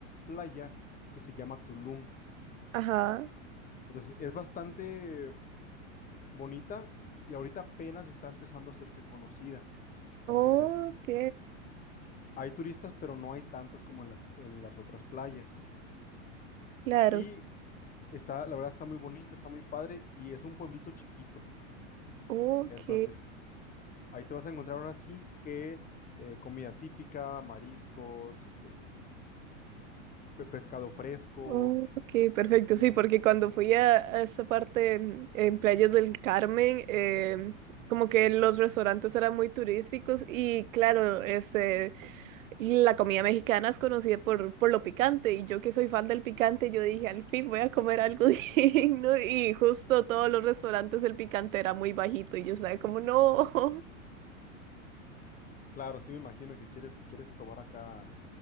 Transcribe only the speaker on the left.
playa que se llama Tulum.
Entonces, es bastante bonita y ahorita apenas está empezando a hacerse conocida.
Entonces, hay turistas, pero no hay tantos como en, la- en las otras playas.
Y está, la verdad, está muy bonito, está muy padre y es un pueblito chiquito.
Entonces, ahí te vas a encontrar ahora sí que eh, comida típica, mariscos, este, pe- pescado fresco,
comi-
Claro, sí me imagino que quieres, quieres probar acá